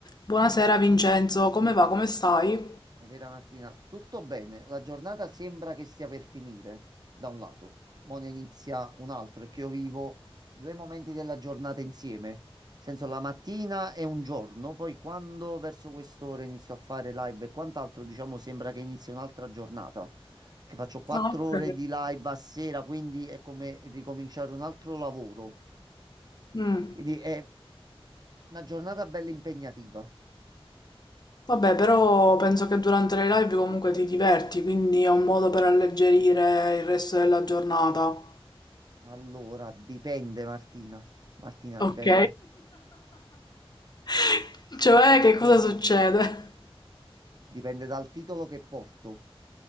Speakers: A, on the left; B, on the right.
A: Buonasera Vincenzo, come va? Come stai?
B: Buonasera Martina, tutto bene? La giornata sembra che stia per finire, da un lato, mo ne inizia un altro, è che io vivo due momenti della giornata insieme, nel senso la mattina è un giorno, poi quando verso quest'ora inizio a fare live e quant'altro, diciamo sembra che inizi un'altra giornata, che faccio quattro
A: Ah, ok.
B: ore di live a sera, quindi è come ricominciare un altro lavoro,
A: Mm.
B: quindi è una giornata bella impegnativa.
A: Vabbè, però penso che durante le live comunque ti diverti, quindi è un modo per alleggerire il resto della giornata.
B: Allora, dipende Martina, Martina
A: Ok.
B: dipende.
A: <laughs> Cioè, che cosa succede?
B: Dipende dal titolo che porto.